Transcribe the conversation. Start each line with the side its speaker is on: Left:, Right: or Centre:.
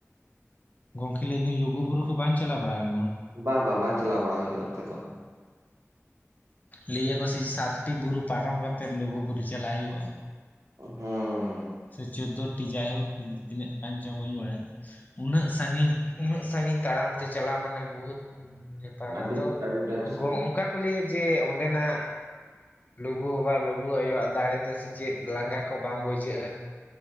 Left: ᱜᱚᱝᱠᱮ ᱞᱟᱹᱭᱫᱤᱧ ᱞᱩᱜᱩ ᱵᱩᱨᱩ ᱠᱚ ᱵᱟᱝ ᱪᱟᱞᱟ ᱵᱟᱲᱟ ᱟᱠᱟᱱᱟᱢ?
Right: ᱵᱟ ᱵᱟ ᱵᱟ ᱪᱟᱞᱟᱣ ᱵᱟᱲᱟ ᱦᱩᱭ ᱟᱠᱟᱱᱟ ᱚᱱᱛᱮ ᱫᱚ᱾
Left: ᱞᱟᱹᱭᱟᱠᱚ ᱥᱤ ᱥᱟᱛᱴᱤ ᱵᱩᱨᱩ ᱯᱟᱨᱚᱢ ᱠᱟᱛᱮᱫ ᱞᱩᱜᱩᱼᱵᱩᱨᱩ ᱪᱟᱞᱟᱜ ᱦᱩᱭᱩᱜᱼᱟ?
Right: ᱦᱩᱸᱻ
Left: ᱥᱮ ᱪᱳᱫᱽᱫᱳ ᱴᱤ ᱡᱟᱭᱦᱳᱠ ᱛᱤᱱᱟᱹᱜ ᱜᱟᱱ ᱪᱚ ᱵᱟᱹᱧ ᱵᱟᱲᱟᱭᱟ᱾ ᱩᱱᱟᱹᱜ ᱥᱟᱹᱜᱤᱧ ᱩᱱᱟᱹᱜ ᱥᱟᱹᱜᱤᱧ ᱛᱟᱲᱟᱢ ᱛᱮ ᱪᱟᱞᱟᱜ ᱢᱟᱱᱮ ᱵᱩᱦᱩᱛ ᱯᱟᱨ
Right: ᱟᱹᱰᱤ
Left: ᱟᱫᱚ
Right: ᱟᱹᱰᱤ ᱰᱷᱮᱨ ᱥᱟᱺᱜᱤᱧ
Left: ᱚᱝᱠᱟ ᱠᱚ ᱞᱟᱹᱭᱟ ᱡᱮ ᱚᱸᱰᱮᱱᱟᱜ ᱞᱩᱜᱩ ᱵᱟᱵᱟ ᱞᱩᱜᱩ ᱟᱭᱳ ᱣᱟᱜ ᱫᱟᱲᱮ ᱛᱮ ᱥᱮ ᱪᱮᱫ ᱞᱟᱸᱜᱟ ᱠᱚ ᱵᱟᱝ ᱵᱩᱡᱷᱟᱹᱜᱼᱟ᱾